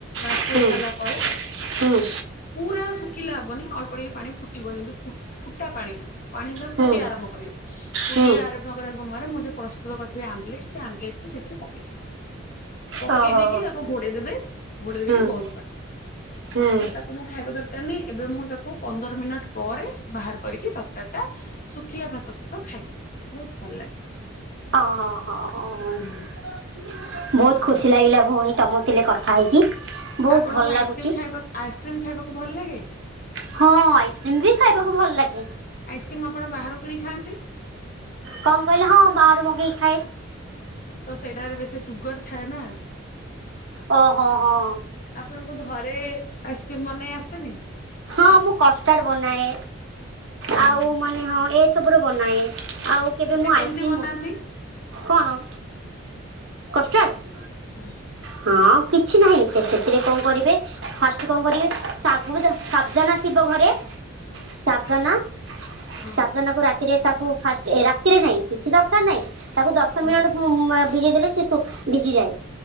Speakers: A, on the left; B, on the right.
A: ବାଷ୍ପ
B: ହୁଁ
A: ହେଇ ସାରିଲା ପରେ
B: ହୁଁ।
A: ପୁରା ଶୁଖ୍ ଖିଲା ହବନି ଅଳ୍ପ ଟିକେ ପାଣି ଫୁଟିବ ଯେମିତି ଫୁ ଫୁଟା ପାଣି, ପାଣି ଯେତେବେଳେ
B: ହୁଁ
A: ଫୁଟିବା ଆରମ୍ଭ କରିବ ଫୁଟିବା
B: ହୁଁ
A: ଆରମ୍ଭ କରିବା ସମୟରେ ମୁଁ ଯୋଉ ପ୍ରସ୍ତୁତ କରିଥିବି ଆମ୍ଲେଟ୍ ସେ ଆମ୍ଲେଟ୍ କୁ ସେଥିରେ ପକେଇଦିଏ। ପକେଇ
B: ଓହୋ ହୋ
A: ଦେଇକି ତାକୁ ଘୋଡେଇ ଦେବେ, ଘୋଡେଇ
B: ହୁଁ
A: ଦେଇକି ବନ୍ଦ କରିଦେବେ।
B: ହୁଁ।
A: ବାସ୍ ତାକୁ ମୁଁ ଖାଇବା ଦର୍ <unintelligible> ଏବେ ମୁଁ ତାକୁ ପନ୍ଦର ମିନିଟ୍ ପରେ ବାହାର କରିକି ତରକାରୀଟା ଶୁଖିଲା ଭାତ ସହିତ ଖାଏ, ବହୁତ ଭଲ ଲାଗେ।
B: ହଁ-ହଁ-ହଁ-ହଁ।
A: ହୁଁ
B: ବହୁତ ଖୁସି ଲାଗିଲା ଭଉଣୀ ତମଥିଲେ କଥା ହେଇକି। ବହୁତ
A: ଆପଣଙ୍କୁ
B: ଭଲ
A: ଆଇସ୍କ୍ରିମ୍
B: ଲାଗୁଛି
A: ଖାଇବା ଆଇସ୍କ୍ରିମ୍ ଖାଇବାକୁ ଭଲ ଲାଗେ?
B: ହଁଅ ଆଇସ୍କ୍ରିମ୍ ବି ଖାଇବାକୁ ଭଲ ଲାଗେ।
A: ଆଇସ୍କ୍ରିମ୍ ଆପଣ ବାହାରୁ କିଣି ଖାଆନ୍ତି?
B: କଣ କହିଲ? ହଁ ବାହାରୁ ମଗେଇ ଖାଏ।
A: ତ ସେଇଟାରେ ବେଶୀ ସୁଗାର ଥାଏ ନା।
B: ଓହୋଃ ହଁ।
A: ଆପଣଙ୍କୁ ଘରେ ଆଇସ୍କ୍ରିମ ବନେଇ ଆସିନି?
B: ହଁ ମୁଁ କଷ୍ଟାର୍ଡ ବନାଏ
A: ହୁଁ
B: ଆଉ ମାନେ ହଁ ଏ ସବୁର ବନାଏ ଆଉ କେବେ
A: ଆଚ୍ଛା
B: ମୁଁ
A: କେମିତି
B: ଆଇସ୍କ୍ରିମ୍
A: ବନାନ୍ତି
B: କଣ କଷ୍ଟାର୍ଡ଼?
A: ହୁଁ।
B: ହଁ କିଛି ନାହିଁ ତ ସେଥିରେ କଣ କରିବେ। ଫାଷ୍ଟ କଣ କରିବି ଶାଗୁ ସବ୍ଜା ନା ଥିବ ଘରେ ସାବନ।
A: ହଁ
B: ସାତଜଣଙ୍କୁ ରାତିରେ ତାକୁ ଫାଷ୍ଟ ରାତିରେ ନାହିଁ କିଛି ଦରକାର ନାହିଁ। ତାକୁ ଦଶ
A: ହଁ
B: ମିନିଟ ଭିଜେଇ ଦେଲେ ସେ ଭିଜିଯାଏ